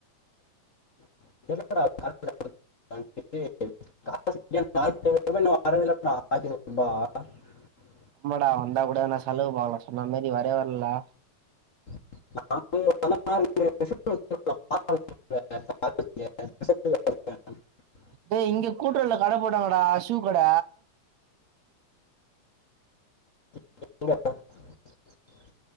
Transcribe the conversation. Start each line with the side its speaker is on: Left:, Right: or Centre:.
Left: <unintelligible>
Right: ஆமடா வந்தா கூட நா செலவு பண்லா சொன்ன மேரி வரே வர்லா
Left: <unintelligible>
Right: டே இங்கே கூட்டுறவுல கட போட்டாங்கடா ஷூ கட
Left: <unintelligible>